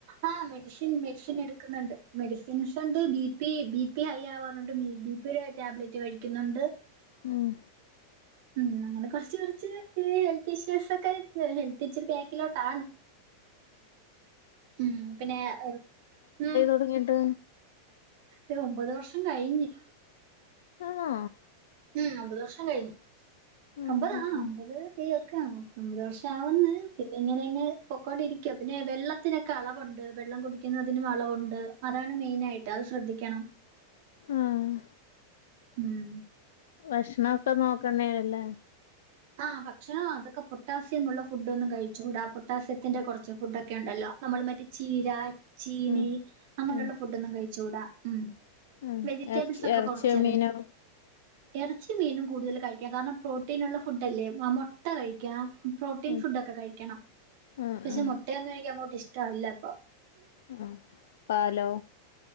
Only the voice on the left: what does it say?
ആഹ്
തൊടങ്ങിട്ട്
ആണോ
ഉം
ഉം
ആഹ്
വക്ഷണം ഒക്കെ നോക്കണേല്ലേ?
ഉം
ഉം
ഉം
ഇറച്ചി
ഇറച്ചിയോ
മീനോ
ഉം
ഉം
ഉം
ആഹ് പാലോ?